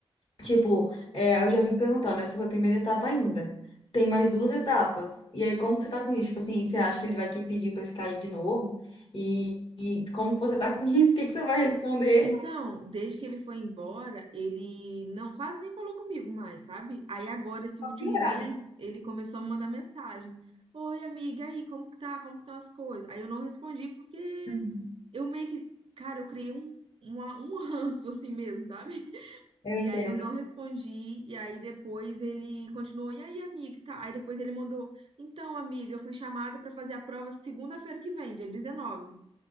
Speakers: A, on the left (about 50°); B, on the right (about 55°).
A: tipo, é, eu já fico perguntando, essa foi a primeira etapa ainda. Tem mais duas etapas. E aí, como que você tá com isso? Tipo assim, você acha que ele vai que- pedir pra ficar aí de novo? E, e como que você tá <laughs> com isso? O que que você vai responder?
B: Então, desde que ele foi embora, ele não quase nem falou comigo mais, sabe? Aí agora, esse
A: Pra
B: último
A: piorar,
B: mês,
A: né?
B: ele começou a me mandar mensagem. Oi, amiga, e aí, como que tá? Como que estão as coisas? Aí eu não respondi porque
A: Uhum.
B: eu meio que, cara, eu criei um, uma- um ranço assim mesmo, sabe?
A: Eu
B: E
A: entendo.
B: aí eu não respondi, e aí depois ele continuou, e aí, amiga, e tal. Aí depois ele mandou, então, amiga, eu fui chamada pra fazer a prova segunda-feira que vem, dia 19.